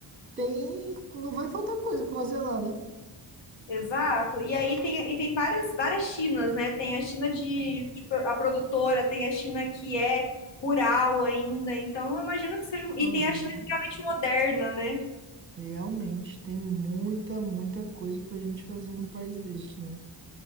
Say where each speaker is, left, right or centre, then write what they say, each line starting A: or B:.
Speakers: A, on the right; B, on the left.
A: Tem, não vai faltar coisa pra fazer lá, né?
B: Exato. E aí tem, e tem várias, várias Chinas, né? Tem a China de, de pro- a produtora, tem a China que é rural ainda. Então, eu imagino que seja. um, E
A: Aham.
B: tem a China extremamente moderna, né?
A: Realmente tem muita, muita coisa pra gente fazer num país deste, né?